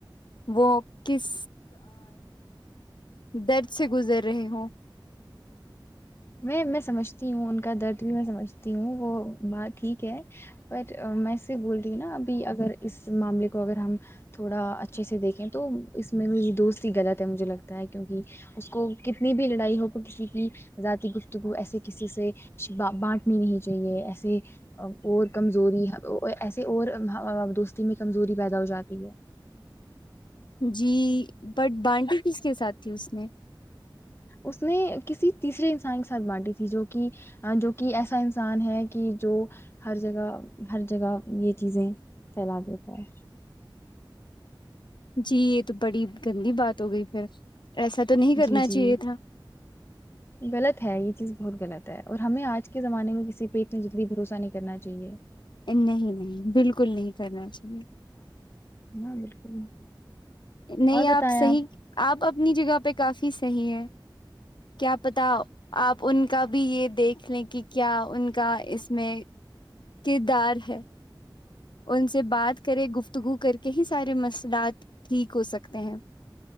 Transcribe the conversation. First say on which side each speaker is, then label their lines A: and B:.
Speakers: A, on the left; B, on the left.
A: وہ کس درد سے گزر رہے ہوں
B: میں میں سمجھتی ہوں ان کا درد بھی میں سمجھتی ہوں وہ بات ٹھیک ہے پر میں سے بول رہی ہوں نا ابھی اگر اس معاملے کو اگر ہم تھوڑا اچھے سے دیکھیں تو اس میں میری دوست ہی غلط ہے مجھے لگتا ہے کیوںکہ اس کو کتنی بھی لڑائی ہو تو کسی کی ذاتی گفتگو ایسے کسی سے بانٹنی نہیں چاہیے ایسے اور کمزوری ایسے اور دوستی میں کمزوری پیدا ہو جاتی ہے
A: جی بٹ بانڈ کس کے ساتھ تھی اس میں
B: اس نے کسی تیسرے انسان کے ساتھ بانٹی تھی جو کہ جو کہ ایسا انسان ہے کہ جو ہر جگہ ہر جگہ یہ چیزیں پھیلا دیتا ہے
A: جی یہ تو بڑی گندی بات ہو گئی پھر ایسا تو نہیں کرنا
B: جی جی
A: چاہیے تھا
B: غلط ہے یہ چیز بہت غلط اور ہمیں آج کے زمانے میں کسی پہ اتنا جلدی بھروسہ نہیں کرنا چاہیے
A: نہیں نہیں بالکل نہیں کرنا چاہیے
B: ہاں بالکل
A: نہیں
B: اور بتائیں
A: آپ صحیح آپ اپنی جگہ پہ کافی صحیح ہے کیا پتا آپ ان کا بھی یہ دیکھ لیں کہ کیا ان کا اس میں کردار ہے ان سے بات کرے گفتگو کر کے ہی سارے مسئلات ٹھیک ہو سکتے ہیں